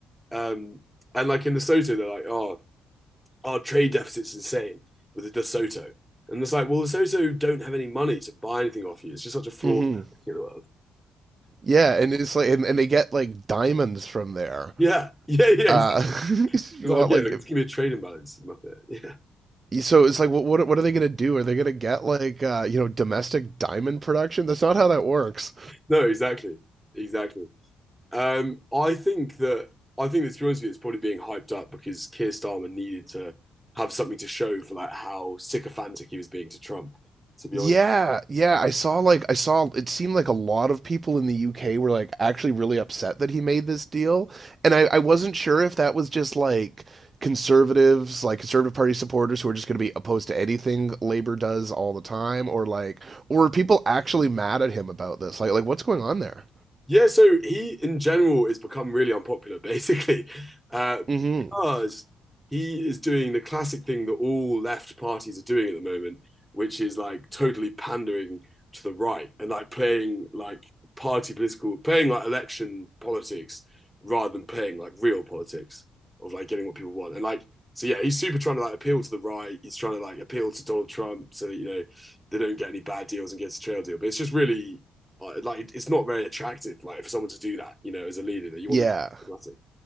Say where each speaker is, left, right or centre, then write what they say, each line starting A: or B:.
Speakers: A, in the centre; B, on the right.
A: Um, and like in Lesotho, they're like, oh, our trade deficit's insane with the De Soto. And it's like, well, De Soto don't have any money to buy anything off you. It's just such a flawed
B: hmm
A: in the world.
B: Yeah, and it's like, and, and they get like diamonds from there.
A: Yeah, <laughs> yeah, yeah.
B: Uh,
A: Exactly.
B: <laughs> if you
A: It's like,
B: want
A: yeah,
B: like
A: just give me a trade imbalance. Muppet. Yeah.
B: so it's like, what what, what are they going to do? Are they going to get like uh, you know domestic diamond production? That's not how that works.
A: No, exactly. Exactly. Um, I think that I think that to be honest with you, it's probably being hyped up because Keir Starmer needed to have something to show for like how sycophantic he was being to Trump, to be
B: Yeah,
A: honest.
B: yeah. I saw like I saw it seemed like a lot of people in the UK were like actually really upset that he made this deal, and I, I wasn't sure if that was just like conservatives, like conservative party supporters who are just going to be opposed to anything Labour does all the time, or like, or are people actually mad at him about this? Like, like what's going on there?
A: Yeah, so he in general has become really unpopular, <laughs> basically, uh,
B: hmm
A: because he is doing the classic thing that all left parties are doing at the moment, which is like totally pandering to the right and like playing like party political, playing like election politics rather than playing like real politics of like getting what people want. And like, so yeah, he's super trying to like appeal to the right. He's trying to like appeal to Donald Trump so that, you know, they don't get any bad deals and gets a trail deal. But it's just really, uh, like it's not very attractive. Like for someone to do that, you know, as a leader, that you
B: Yeah.
A: want to